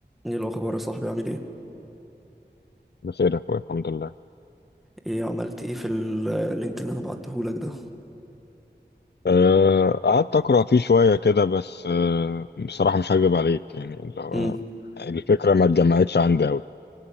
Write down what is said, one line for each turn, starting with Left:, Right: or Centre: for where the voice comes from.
Centre: ايه الاخبار يا صاحبي عامل ايه
Left: بخير يا اخويا الحمد لله
Centre: ايه عملت ايه في ال- اللينك اللي انا بعتهولك ده
Left: أه قعدت اقرا فيه شويه كده بس أه بصراحه مش هكذب عليك يعني اللي هو
Centre: امم
Left: الفكره ما اتجمعتش عندي قوي